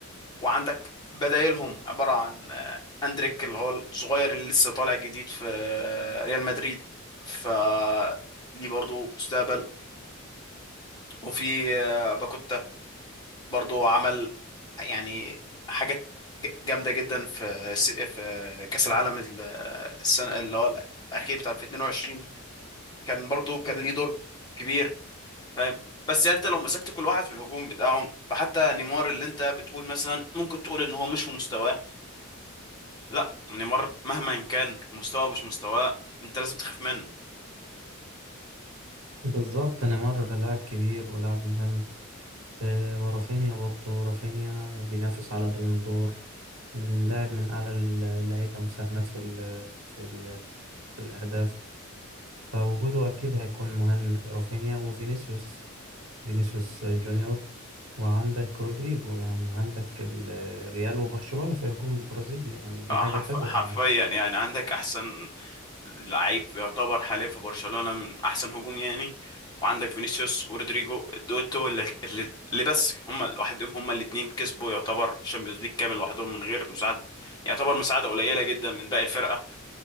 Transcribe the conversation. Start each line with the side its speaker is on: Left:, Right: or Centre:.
Left: وعندك بدايلهم عبارة عن آه، أندريك اللي هو الصغير اللي لسه طالع جديد في آه، ريال مدريد ف ليه برضه مستقبل وفي آه، باكوتا برضه عمل يعني حاجات ج- جامدة جدا في س- في كأس العالم ال- السنة اللي هو الأخير بتاع 2022 كان برضه كان ليه دور كبير فاهم بس يعني انت لو مسكت كل واحد في الهجوم بتاعهم فحتى نيمار اللي انت بتقول مثلا ممكن تقول ان هو مش في مستواه لا نيمار مهما كان مستواه مش مستواه انت لازم تخاف منه
Right: بالظبط نيمار لاعب كبير ولاعب مهم آه، ورافينيا برضو رافينيا بينافس على بالون دور من لاعب من أعلى اللعيبة مساهمات في ال في ال في الأهداف فوجوده أكيد هيكون مهم رافينيا وفينيسيوس فينيسيوس جونيور وعندك رودريجو يعني عندك ال- الريال وبرشلونة في هجوم البرازيل يعني دي
Left: آه،
Right: حاجة
Left: حرف
Right: حلوة
Left: حرفيا
Right: إنك
Left: يعني عندك احسن لعيب يعتبر حاليا في برشلونة من احسن هجوم يعني وعندك فينيسيوس ورودريجو الدويتو اللي, اللي اللي بس هم لوحدهم هم الاثنين كسبوا يعتبر الشامبيونز ليج كامل لوحدهم من غير مساعدة يعتبر مساعدة قليلة جدا من باقي الفرقة